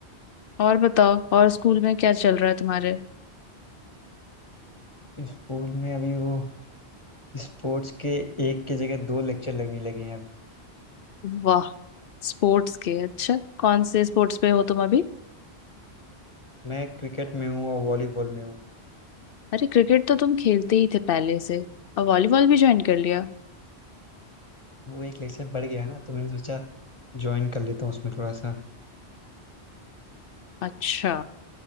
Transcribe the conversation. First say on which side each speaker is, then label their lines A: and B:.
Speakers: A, on the left (about 60°); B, on the left (about 30°).
A: और बताओ और स्कूल में क्या चल रहा है तुम्हारे
B: स्कूल में अभी वो स्पोर्ट्स के एक के जगह दो लेक्चर लगने लगे हैं अब
A: वाह स्पोर्ट्स के अच्छा कौन से स्पोर्ट्स पे हो तुम अभी
B: मैं क्रिकेट में हूँ और वॉलीबॉल में हूँ
A: अरे क्रिकेट तो तुम खेलते ही थे पहले से और वॉलीबॉल भी ज्वाइन कर लिया
B: वो एक लेक्चर बढ़ गया है ना तो मैंने सोचा ज्वाइन कर लेता हूँ उसमें थोड़ा सा
A: अच्छा